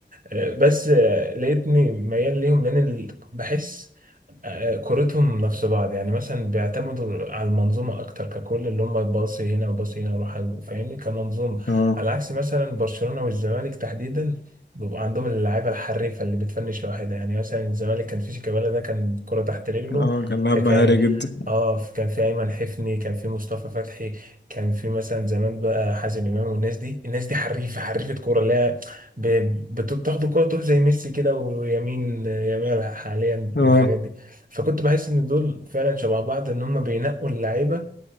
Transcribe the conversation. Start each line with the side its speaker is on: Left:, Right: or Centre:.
Right: آه، بس آه، لقيتني ميال ليهم لان ال- بحس آه، كورتهم نفس بعض يعني مثلا بيعتمدوا على المنظومة أكتر ككل اللي هم باصي هنا وباصي هنا وراح ال- فاهمني كمنظومة
Left: اه
Right: على عكس مثلا برشلونة والزمالك تحديدا بيبقى عندهم اللعيبة الحريفة اللي بتفنش لوحدها يعني مثلا الزمالك كان في شيكابالا ده كان كرة تحت رجله
Left: اه كان لاعب
Right: حكاية
Left: مهاري جدا
Right: اه كان في أيمن حفني كان في مصطفى فتحي كان في مثلا زمان بقى حازم إمام والناس دي الناس دي حريفة حريفة كورة اللي هي ب- بتاخد الكورة تروح زي ميسي كده ويمين يامال حاليا
Left: اه
Right: والحاجات دي فكنت بحس ان دول فعلا شبه بعض ان هم بينقوا اللعيبه